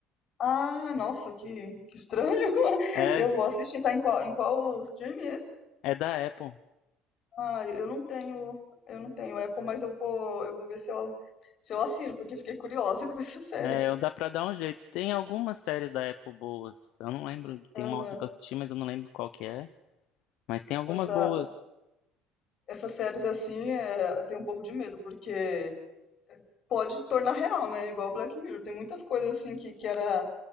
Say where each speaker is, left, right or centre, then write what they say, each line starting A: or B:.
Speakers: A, on the left; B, on the left.
A: Ah, nossa, que, que estranho. <laughs>
B: É,
A: Eu vou assistir, tá em qual, em qual stream esse?
B: é da Apple.
A: Ah, eu não tenho, eu não tenho Apple, mas eu vou, eu vou ver se eu, se eu assino, porque fiquei curiosa <laughs> com essa série.
B: É, eu- dá pra dar um jeito. Tem alguma série da Apple boas. Eu não lembro. Tem
A: Aham.
B: uma outra que eu assisti, mas eu não lembro qual que é. Mas tem algumas
A: Essa,
B: boas.
A: essas séries assim, é, eu tenho um pouco de medo, porque pode tornar real, né? Igual Black Mirror. Tem muitas coisas assim que, que era